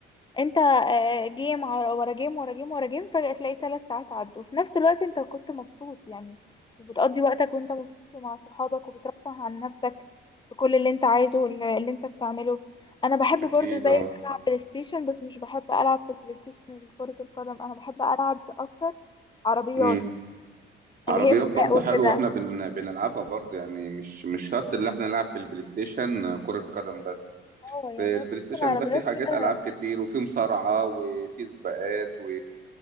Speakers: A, on the left; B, on the right.
A: انت آه، جيم ع- ورا جيم ورا جيم ورا جيم فجأة تلاقي ثلاث ساعات عدوا في نفس الوقت انت كنت مبسوط يعني وبتقضي وقتك وانت مبسوط ومع صحابك وبترفه عن نفسك بكل اللي انت عايزه واللي اللي انت بتعمله انا بحب
B: اكيد
A: برضو زي
B: اه
A: العب بلاي ستيشن بس مش بحب العب في البلاي ستيشن كرة القدم انا بحب العب اكتر عربيات
B: امم
A: اللي
B: عربيات
A: هي
B: برضه
A: سباق وكده
B: حلوه واحنا بن... بنلعبها برضه يعني مش مش شرط اللي احنا نلعب في البلاي ستيشن كرة قدم بس
A: اه يعني
B: البلاي
A: انا بحب
B: ستيشن
A: العربيات
B: ده فيه حاجات
A: كده
B: العاب كتير وفيه مصارعة وفيه سباقات و...